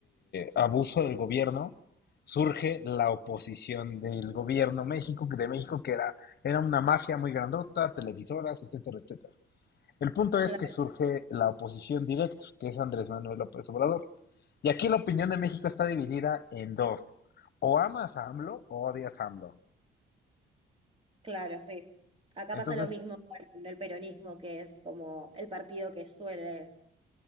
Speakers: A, on the left (about 55°); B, on the right (about 30°).
A: abuso del gobierno, surge la oposición del gobierno México, que- de México, que era, era una mafia muy grandota, televisoras, etcétera, etcétera. El punto es
B: Claro,
A: que surge la oposición directa, que es Andrés Manuel López Obrador. Y aquí la opinión de México está dividida en dos. O amas a AMLO o odias a AMLO.
B: claro, sí. Acá
A: Entonces,
B: pasa lo mismo con el peronismo, que es como el partido que suele